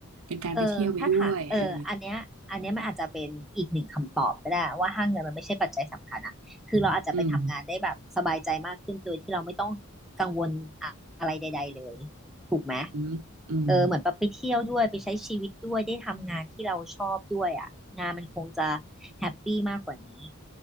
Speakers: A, on the right; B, in the centre.
A: เป็นการไปเที่ยวไปด้วยเออ
B: เออถ้าถามเอออันเนี้ยอันเนี้ยมันอาจจะเป็นอีกหนึ่งคำตอบก็ได้ว่าถ้าเงินมันไม่ใช่ปัจจัยสำคัญอะคือเราอาจจะไปทำงานได้แบบสบายใจมากขึ้นโดยที่เราไม่ต้องกังวลอะอะไรใดๆเลย
A: อืม
B: ถูกไหม
A: อืมอืม
B: เออเหมือนแบบไปเที่ยวด้วยไปใช้ชีวิตด้วยได้ทำงานที่เราชอบด้วยอะงานมันคงจะแฮปปี้มากกว่านี้